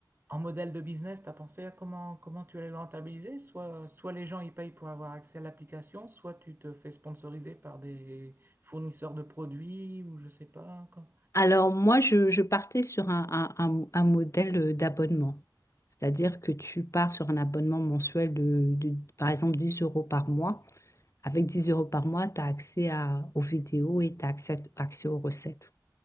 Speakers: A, on the right; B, on the left.
A: en modèle de business, tu as pensé à comment, comment tu allais le rentabiliser? Soit, soit les gens ils payent pour avoir accès à l'application, soit tu te fais sponsoriser par des fournisseurs de produits ou je sais pas. quoi.
B: Alors moi, je, je partais sur un, un- un- un modèle euh, d'abonnement. C'est-à-dire que tu pars sur un abonnement mensuel de, de, par exemple, 10 euros par mois. Avec 10 euros par mois, tu as accès à- aux vidéos et tu as accès accès aux recettes.